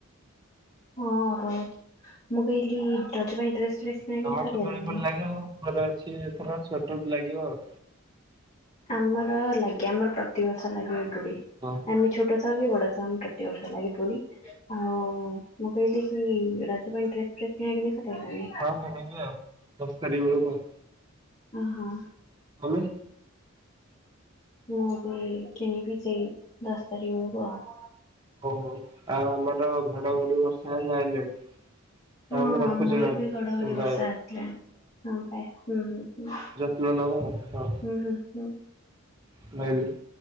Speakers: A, on the left (about 35°); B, on the right (about 20°).
A: ହଁ ଅରୁଆ। ମୁଁ କହିଲି ରଜପାଇଁ ଡ୍ରେସ୍ ଫ୍ରେସ୍ କିଣା କିଣି
B: ଆମର
A: ସରିଗଲାଣି
B: ତ ଦୋଳି ଫୋଳି ଲାଗିବ ଆମର ପୁଅ ଅଛି ଏଥର ଛୋଟଟେ ଲାଗିବ ଆଉ।
A: ଆମର ଲାଗେ ଆମର ପ୍ରତିିବର୍ଷ ଲାଗେ ଏ ଦୋଳି
B: ଓହୋ
A: ଆମେ ଛୋ ଛୋଟ ଥାଉ ଆମର ପ୍ରତି ବର୍ଷ ଲାଗେ ଦୋଳି। ଆଉ ମୁଁ କହିଲି କି ରଜ ପାଇଁ ଡ୍ରେସ ଫ୍ରେସ କିଣା କିଣି ସରିଲାଣି?
B: ହଁ ସେମିତି ଦଶ ତାରିଖ ବେଳକୁ।
A: ଓହୋ।
B: ଆମେ।
A: ମୁଁ ବି କିଣିବି ଯେ ଦଶ ତାରିଖ ବେଳକୁ ଆଉ।
B: ହୋଉ ହୋଉ ଆଉ ଆମର ଘଡଘଡି ବର୍ଷା ହେରିକା ଆଇଲାଣି।
A: ହଁ
B: ଆଉ ମୁଁ
A: ଆମର
B: ରଖୁଛି ନହେଲେ
A: ବି ଘଡଘଡି ବର୍ଷା
B: ବାଏ
A: ଆସିଲାଣି ହଁ ବାଏ ହୁଁ ହୁଁ।
B: <unintelligible> ନେବ ହଉ।
A: ହୁଁ ହୁଁ ହୁଁ।
B: <unintelligible>